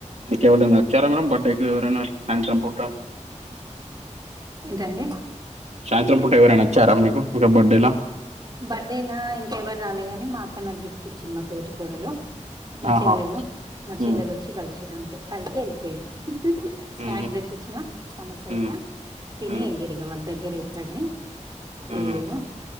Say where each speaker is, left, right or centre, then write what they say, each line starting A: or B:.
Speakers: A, on the right; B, on the right.
A: నీ కెవరన్నా వచ్చారా మేడమ్ బర్డేకి ఎవరన్నా సాయంత్రం పూట
B: ఏంటండి
A: సాయంత్రం పుట్ ఎవరైనా వచ్చారా మీకు ఇంకా బర్త్డేలా
B: బర్త్డేనా ఇంకెవరు రాలేదు గాని మా అక్క నాకు గిఫ్ట్ ఇచ్చింది మా తోటి కోడలు. మా
A: ఆహా
B: చెల్లెలు, మా చెల్లెలు
A: ఉమ్,
B: వచ్చి కలిసిరు అంతే కలిసి వెళ్ళిపోయారు. స్నాక్స్
A: ఉమ్,
B: తెప్పచ్చిన సమోసా గిట్లా
A: ఉమ్,
B: తిని
A: ఉమ్,
B: వెళ్ళారు తిరిగి వెళ్ళిరి వాళ్ళు దగ్గరే ఇక్కడే వెళ్ళిరా
A: ఉమ్.